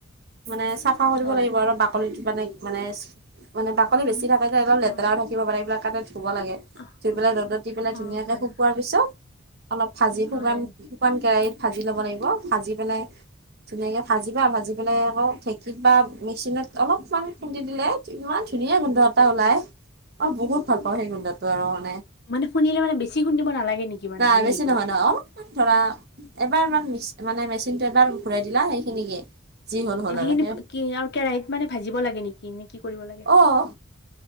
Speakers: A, on the right (about 55°); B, on the left (about 60°).
A: মানে চাফা কৰিব
B: হয়
A: লাগিব আৰু বাকলি মানে -মানে -মানে বাকলি বেছি থাকে যে অলপ লেতেৰাও
B: অ
A: থাকিব পাৰে এইবিলাক ধোব লাগে
B: অ
A: ধুই
B: অ
A: পেলাই ৰ'দত দি পেলাই
B: অ',
A: ধুনীয়াকে
B: হয়
A: শুকোৱাৰ
B: হয়
A: পিছত অলপ ভাজি
B: হয়।
A: শুকান -শুকান কেৰাহিত ভাজি ল'ব লাগিব ভাজি পেলাই ধুনীয়াকে ভাজিবা ভাজি পেলাই আকৌ ঢেঁকীত বা মেচিনত অলপমান খুন্দি দিলে ইমান ধুনীয়া গোন্ধ এটা ওলায়, অহ বহুত ভাল পাওঁ সেই গোন্ধটো আৰু মই।
B: মানে খুন্দিলে বেছি খুন্দিব নালাগে নেকি মানে
A: নাই
B: মিহি
A: বেছি নহয় ন' অও ধৰা, এবাৰ ইমান মানে মেচিনটো এবাৰ ঘূৰাই দিলা সেইখিনিকে। যি হ'ল হ'ল
B: সেইখিনি
A: আৰু সেই
B: কি আৰু কেৰাহিত মানে ভাজিব লাগে নেকি নে, কি কৰিব লাগে? <inaudible>
A: অ